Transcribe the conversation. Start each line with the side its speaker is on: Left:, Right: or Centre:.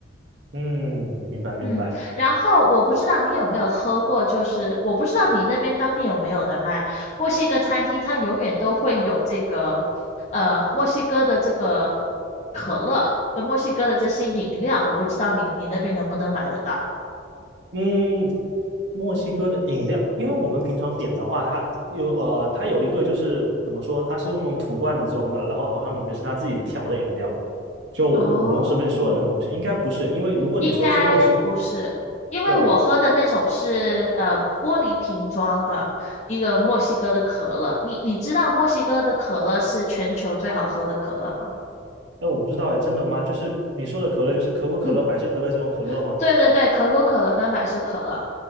Right: 嗯，明白明白。
Left: 嗯，然后我不知道你有没有喝过，就是我不知道你那边当地有没有的卖墨西哥餐厅，它永远都会有这个，呃，墨西哥的这个可乐跟墨西哥的这些饮料，我不知道你你那边能不能买得到，
Right: 嗯，墨西哥的饮料，因为我们平常点的话，它有呃，它有一个就是怎么说，它是用那种土罐子装的，然后好像里面是它自己调的饮料，就我不懂是不是说的那种东西，
Left: 哦，
Right: 应该不是，因为如果你说是墨西，
Left: 应该不是，因为我喝的那种是呃玻璃瓶装的一个墨西哥的可乐，
Right: 对，
Left: 你你知道墨西哥的可乐是全球最好喝的可乐吗？
Right: 哎，我不知道哎，真的吗？就是你说的可乐，就是可口可乐、
Left: <clears throat>
Right: 百事可乐这种可乐吗？
Left: 对对对，可口可乐跟百事可乐，